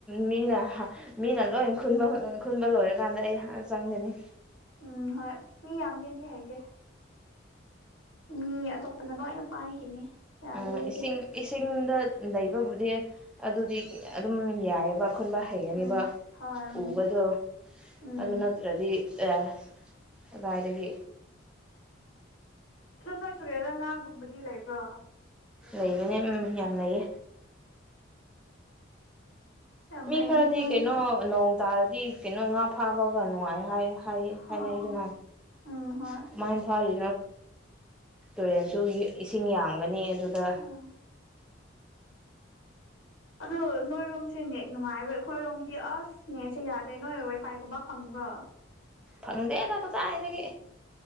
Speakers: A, in the centre; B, on the left.
A: ꯃꯤꯅ ꯃꯤꯅ ꯂꯣꯏ ꯈꯨꯟꯕ ꯈꯨꯟꯕ ꯂꯣꯏꯔꯀꯥꯟꯗ ꯑꯩ ꯆꯪꯒꯅꯤ
B: ꯎꯝ ꯍꯣꯏ ꯃꯤ ꯌꯥꯝꯒꯦꯗꯤ ꯍꯥꯏꯒꯦ ꯃꯤ ꯑꯇꯣꯞꯄꯅ ꯂꯣꯏꯅ ꯄꯥꯏꯈꯤꯅꯤ ꯌꯥꯗꯦ
A: ꯑ
B: ꯑꯩꯗꯤ
A: ꯏꯁꯤꯡ ꯏꯁꯤꯡꯗ ꯂꯩꯕꯕꯨꯗꯤ ꯑꯗꯨꯗꯤ ꯑꯗꯨꯝ ꯌꯥꯏꯑꯕ ꯈꯨꯨꯟꯕ ꯍꯩꯒꯅꯤꯕ
B: ꯎꯝ ꯍꯣꯏ ꯎꯝ
A: ꯎꯕꯗꯣ
B: ꯎꯝ
A: ꯑꯗꯨ ꯅꯠꯇ꯭ꯔꯗꯤ ꯑꯦ ꯑꯗꯨꯥꯏꯕꯤ
B: ꯟ ꯅꯣꯏ ꯇꯨꯔꯛꯑꯒ ꯉꯥꯒꯨꯝꯕꯗꯤ ꯂꯩꯕ꯭ꯔꯣ
A: ꯂꯩꯕꯅꯦ ꯎꯝ ꯌꯥꯝ ꯂꯩꯌꯦ
B: ꯌꯥꯝ
A: ꯃꯤ
B: ꯐꯩꯅꯦ
A: ꯈꯔꯗꯤ
B: ꯅꯣꯏ
A: ꯀꯩꯅꯣ ꯅꯣꯡ ꯇꯥꯔꯗꯤ ꯀꯩꯅꯣ ꯉꯥ ꯐꯥꯕꯒ ꯅꯨꯡꯉꯥꯏ ꯍꯥꯏ ꯍꯥꯏ ꯍꯥꯏꯅꯩꯗꯅ
B: ꯑꯣ ꯎꯝ ꯍꯣꯏ
A: ꯑꯗꯨꯃꯥꯏꯅ ꯊꯔꯤ ꯇꯨꯔꯦꯟꯁꯨ ꯏꯁꯤꯡ ꯌꯥꯝꯒꯅꯤ ꯑꯗꯨꯗ
B: ꯑꯥ ꯑꯗꯣ ꯅꯣꯏꯔꯣꯝꯁꯦ ꯅꯦꯠ ꯅꯨꯡꯉꯥꯏꯔꯣꯏ ꯑꯩꯈꯣꯏꯔꯣꯝꯗꯤ ꯑꯁ ꯅꯦꯠꯁꯦ ꯌꯥꯗ꯭ꯔꯦ ꯅꯣꯏ ꯋꯥꯏꯐꯥꯏꯒꯨꯝꯕ ꯐꯪꯕ ꯋꯥ
A: ꯐꯪꯗꯦꯅ ꯀꯗꯥꯏꯗꯒꯤ